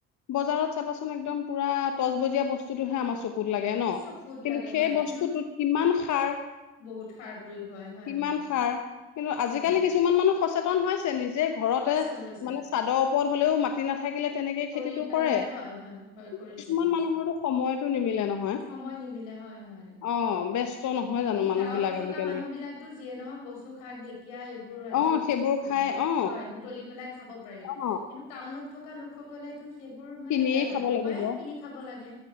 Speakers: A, on the left; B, on the left.
A: বজাৰত চাবাচোন একদম পুৰা তচবজীয়া বস্তুটোহে আমাৰ চকুত লাগে ন
B: চকুত
A: কিন্তু
B: লাগে
A: সেই
B: হয়
A: বস্তুটোত
B: কিন্তু
A: কিমান সাৰ
B: বহুত সাৰ প্ৰয়োগ হয় হয়
A: কিমান
B: হয়
A: সাৰ কিন্তু আজিকালি
B: হয়
A: কিছুমান মানুহ সচেতন হৈছে নিজে ঘৰতে
B: হৈছে হৈছে
A: মানে ওৰত হলেও মাতি নাথাকিলে তেনেকে
B: কৰি
A: খেতিটো
B: পেলাই
A: কৰে
B: হয় হয় হয় কৰিছে
A: কিছুমান
B: কৰিছে
A: মানুহৰতো সময়তো নিমিলে নহয়
B: সময় নিবিলে হয় হয়
A: অ ব্যস্ত নহয় জানো
B: এই
A: মানুহ
B: গাঁৱত
A: বিলাক
B: থকা
A: আজিকালি
B: মানুহ বিিলাকতো যিয়ে নহয় কচু শাক ঢেকীয়া এইবোৰ আদি
A: অ সেইবোৰ
B: উ
A: খাই অ
B: হয় এই বুতলি পেলাই খাব।
A: অ
B: কিন্তু টাউনত থকা লোকসকলে টো সেইবোৰ মানে
A: কিনিয়ে খাব
B: বাহিৰৰ
A: লাগিব
B: পৰাই কিনি খাব লাগে